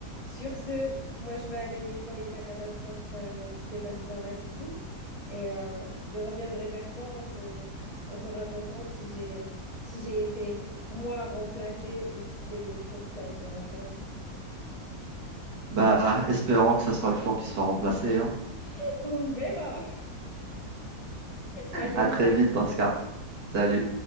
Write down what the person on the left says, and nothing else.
Sur ce, moi, je vais aller nettoyer la catastrophe euh, qui s'est passée dans la cuisine et euh, je reviendrai vers toi en te, en te racontant si j'ai si j'ai été moi remplacée ou si c'est le four qui a été remplacé.
<laughs> On verra. Allez,
salut.